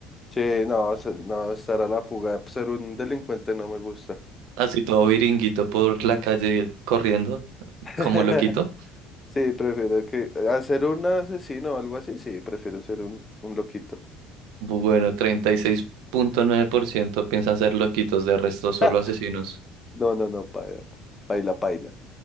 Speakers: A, on the left (about 20°); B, on the right (about 65°).
A: Sí, no, se- no, estar a la fuga, ser un delincuente no me gusta.
B: así todo viringuito por la calle corriendo,
A: <laughs>
B: como loquito.
A: Sí, prefiero que, a ser un asesino o algo así, sí, prefiero ser un, un loquito.
B: Bueno, treinta y seis punto nueve por ciento piensan ser loquitos, de resto solo
A: <laughs>
B: asesinos.
A: No, no, no, paila, paila, paila.